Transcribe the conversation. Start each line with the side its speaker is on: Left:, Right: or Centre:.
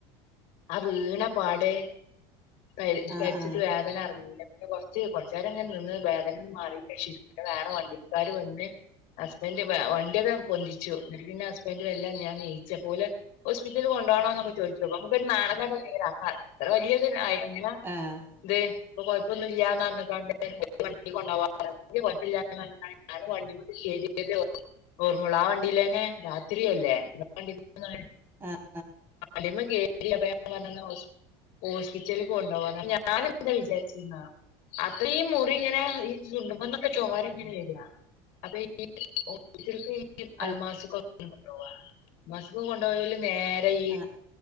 Left: ആ വീണ പാടെ തരി
Right: ആഹ്
Left: തരിച്ചിട്ട്
Right: ആഹ് ആഹ്
Left: വേദന അറിഞ്ഞീല. കൊറച്ച് കൊറച്ചേരങ്ങനെ നിന്ന് വേദനകൾ മാറിട്ട ശരിക്. വേറെ വണ്ടിക്കാര് വന്ന്. ഹസ്ബൻഡ് വണ്ടിയാദ്യം പൊന്തിച്ചു. ഇന്നട്ട് പിന്നെ ഹസ്ബൻഡ് വെല്ലേ ഞാൻ നീച്ച് അപ്പോലെ ഹോസ്പിറ്റല് കൊണ്ടോണോന്നൊക്കെ ചോയിച്ചു അപ്പൊ ഒര് നാണം കെട്ടനേരാ അപ്പഅത്ര വലിയത് ഇല്ല അയ് അങ്ങനാ
Right: ആഹ്
Left: ഇത് ഇപ്പൊ കൊഴപ്പൊന്നില്ലാന്ന് പറഞ്ഞങ്ങാണ്ട് വണ്ടി കൊണ്ടുകാൻ - <unintelligible> ഞൻ വണ്ടി മമക്ക് കേറിയ തേഓർമൊള്ളൂ. ആ വണ്ടിയിലേന്നെ രാത്രിയല്ലേ? <unintelligible>
Right: ആഹ് ആഹ് ആഹ്
Left: വണ്ടിമ്മ കേറ്റി <unintelligible> ഹോസ്പിറ്റൽക്ക് കൊണ്ടോകാനാ ഞാന് എന്താ വിചാരിച്ച്ന്നാ? അത്രീം മുറി ഇങ്ങനെ ഈ ചുണ്ടുമ്മന്നൊക്കെ ചോരങ്ങനെ വരാ. അപ്പ ഈ ഓ <unintelligible>
Right: ആഹ്
Left: അൽമാസ്ക്കൊക്കെ കൊണ്ടുപോവാ. അൽമാസക്കൊക്കെ കൊണ്ടുപോയാൽ നേരെ ഈ,
Right: ആഹ്
Left: -